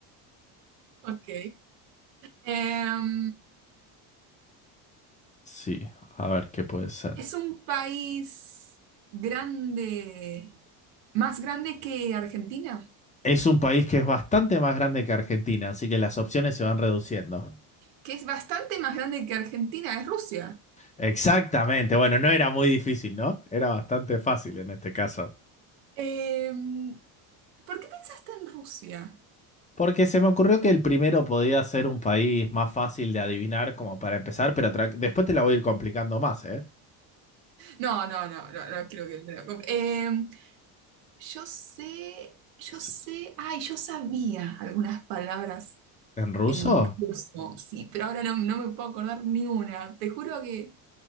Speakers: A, on the right; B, on the left.
A: Ok. Em,
B: Sí, a ver qué puede ser.
A: Es un país grande, más grande que Argentina,
B: Es un país que es bastante más grande que Argentina, así que las opciones se van reduciendo.
A: que es bastante más grande que Argentina, es Rusia.
B: Exactamente, bueno, no era muy difícil, ¿no? Era bastante fácil en este caso.
A: Em, ¿por qué pensaste en Rusia?
B: Porque se me ocurrió que el primero podía ser un país más fácil de adivinar como para empezar, pero tra- después te la voy a ir complicando más, ¿eh?
A: No, no, no, no, no quiero que me lo comp- Em, yo sé, yo
B: S-
A: sé, ay, yo sabía algunas palabras
B: ¿En ruso?
A: en ruso, sí, pero ahora no, no me puedo acordar ni una. Te juro que